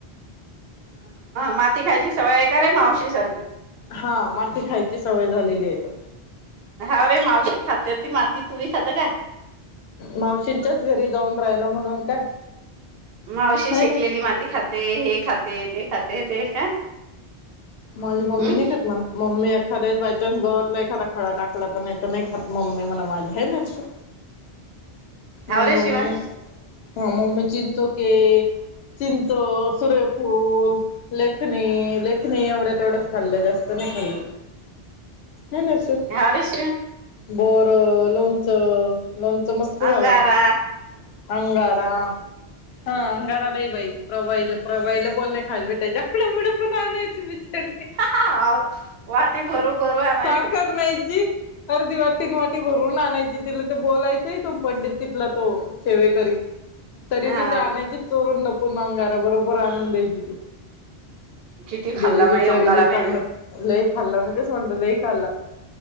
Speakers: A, on the right (about 70°); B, on the left (about 75°).
A: माती खायची सवय हाय का रे मावशी सारखी?
B: हा माती खायची सवय झालेली आहे तर.
A: हाव रे मावशी खात्यात ती माती तुम्ही खाता काय?
B: मावशींच्याच घरी जाऊन राहिलं म्हणून काय
A: मावशी
B: है
A: शेकलेली
B: ना
A: माती खा ते हे खाते ते खाते ते का?
B: माझी मम्मी
A: हम्म
B: नाय खात म्हणा मम्मी एखाद्या वेळीस बायचान्स गवतला एखादा खड टाक ला तर नाय तर नाय खात मम्मी म्हणा माझी हा क नाय हर्षु
A: हाव
B: माझी
A: रे
B: मम्मी
A: शिवांश
B: नाय खा हा म मी चिंचो के चिंचो, सुर्यफुल, लेखनी, लेख नाय एवढं तेवढंच खाल्लं जास्त नाय खाल्लं हाय ना हर्षु.
A: हरीशी
B: बोरं, लोणचं. लोणचं मस्त झालं
A: अंगारा
B: आमचं. अंगारा. हां. आंगारा लई बाई. प्रभाई प्रभईला बोलणे खायला भेटायचे आपल्या मुळ आणि. विचारते.
A: हा वाटी भरू भरू आणायची
B: साखर न्यायची. अरे देवा तीन वाटी भरून आणायची. तिला ते बोलायचं <unintelligible> पडलीत. तिथला तो सेवेकरी. तरी
A: हा
B: बी ते आणायचीच. चोरून लपून अंगारा बरोबर आणून द्यायची ती.
A: किती खाल्ला
B: गेली बिचारी
A: माई अंगारा
B: लई चांगलं.
A: बी
B: लई खाल्ला मी तेच म्हणते लई खाल्ला.